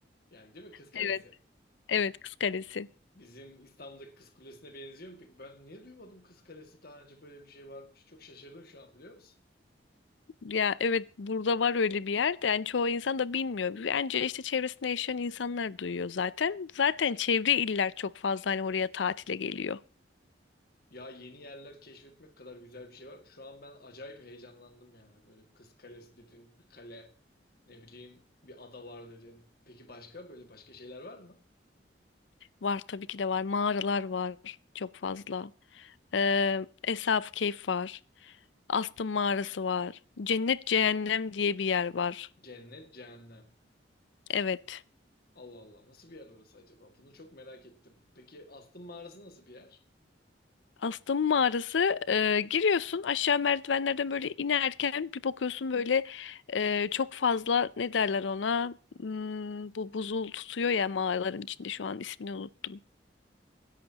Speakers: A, on the left (about 55°); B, on the left (about 80°).
A: Yani değil mi Kız Kalesi?
B: Evet, evet Kız Kalesi.
A: Bizim İstanbul'daki Kız Kulesi'ne benziyor mu peki? Ben niye duymadım Kız Kalesi daha önce böyle bir şey varmış. Çok şaşırdım şu an biliyor musun?
B: Ya evet burada var öyle bir yer de yani çoğu insan da bilmiyor. Bence işte çevresinde yaşayan insanlar duyuyor zaten. Zaten çevre iller çok fazla hani oraya tatile geliyor.
A: Ya yeni yerler keşfetmek kadar güzel bir şey var. Şu an ben acayip heyecanlandım yani. Böyle Kız Kalesi dedin, bir kale, ne bileyim bir ada var dedin. Peki başka böyle başka şeyler var mı?
B: Var tabii ki de var. Mağaralar var çok fazla. Ee, Esaf Keyf var. Astım Mağarası var. Cennet Cehennem diye bir yer var.
A: Cennet, cehennem.
B: Evet.
A: Allah Allah nasıl bir yer orası acaba? Bunu çok merak ettim. Peki Astım Mağarası nasıl bir yer?
B: Astım mağarası e, giriyorsun aşağı merdivenlerden böyle inerken bir bakıyorsun böyle e, çok fazla ne derler ona Hmm, bu buzul tutuyor ya mağaraların içinde şu an ismini unuttum